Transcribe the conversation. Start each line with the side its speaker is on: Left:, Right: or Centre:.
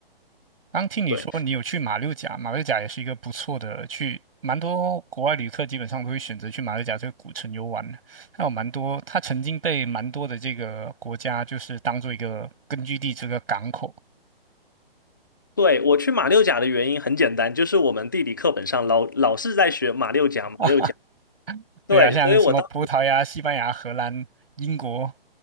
Right: 刚听你说你有去马六甲，
Left: 对，
Right: 马六甲也是一个不错的去，蛮多国外旅客基本上都会选择去马六甲这个古城游玩的。它有蛮多，它曾经被蛮多的这个国家就是当做一个根据地，这个港口
Left: 对，我去马六甲的原因很简单，就是我们地理课本上老老是在学马六甲，马六甲。
Right: 啊，<laughs> 对啊，
Left: 对，
Right: 像什么葡萄牙、
Left: 所以我当时。
Right: 西班牙、荷兰、英国，